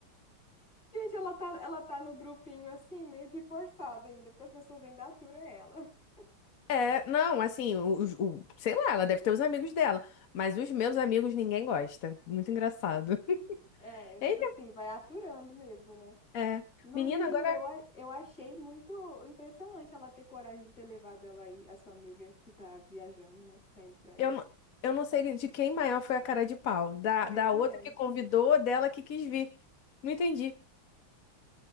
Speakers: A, on the left; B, on the left.
A: Gente, ela tá, ela tá no grupinho assim, meio que forçada ainda, porque as pessoas ainda aturam ela. <laughs>
B: É, não, assim, o, o- sei lá, ela deve ter os amigos dela, mas os meus amigos ninguém gosta. Muito engraçado. <laughs>
A: É,
B: Eita,
A: tipo assim, vai aturando mesmo, né?
B: é.
A: Mas,
B: Menina,
A: menina,
B: agora
A: eu, a- eu achei muito impressionante ela ter coragem de ter levado ela aí, a sua amiga que tá viajando, né? Tá indo pra aí.
B: eu, n- eu não sei de quem maior foi a cara de pau. Da,
A: Pois
B: da
A: é.
B: outra que convidou, ou dela que quis vir. Não entendi.